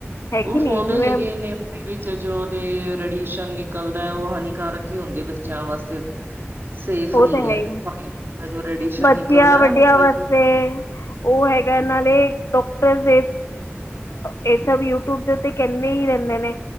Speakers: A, on the left; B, on the right.
A: ਹੈ
B: ਉਹ
A: ਕਿ ਨਹੀਂ
B: ਫੋਨ
A: ਜਿਵੇਂ
B: ਦੇ ਹੈਗੇ ਨੇੇ ਆਪਨੇ ਵਿੱਚ ਜੋ, ਦੇ ਰਡੀਏਸ਼ਨ ਨਿਕਲਦਾ ਹੈ ਉਹ ਹਾਨੀਕਾਰਕ ਹੀ ਹੁੰਦੇ ਬੱਚਿਆਂ ਵਾਸਤੇ, ਸੇਫ
A: ਉਹ
B: ਨਹੀਂ
A: ਤਾਂ
B: ਹੈ
A: ਹੀ
B: ਜੋ ਰੈਡੀਐਸਨ
A: ਬੱਚਿਆਂ
B: ਨਿਕਲਦਾ
A: ਵੱਡਿਆਂ
B: ਨਾ ਮੋਬਲ
A: ਵਾਸਤੇ ਉਹ ਹੈਗਾ ਇਹ ਨਾਲੇ ਡਾ ਸਭ ਇਹ ਸਭ ਯੂਟਿਊਬ ਦੇ ਉਤੇ ਕਹਿੰਦੇ ਹੀ ਰਹਿੰਦੇ ਨੇ,